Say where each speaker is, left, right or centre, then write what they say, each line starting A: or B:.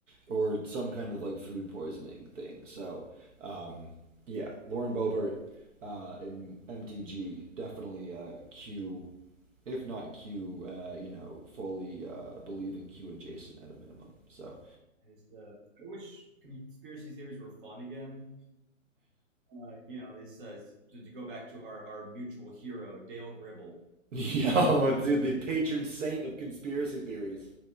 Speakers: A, on the right; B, on the right.
A: or some kind of like food poisoning thing. So um, yeah, Lauren Boebert uh, in MTG definitely uh, Q, if not Q, uh, you know, fully uh, believe in Q adjacent at a minimum. So
B: I just uh, I wish conspiracy theories were fun again. Uh, you know, this uh, to, to go back to our, our mutual hero Dale Gribble.
A: <laughs> Yo, dude, the patron saint of conspiracy theories.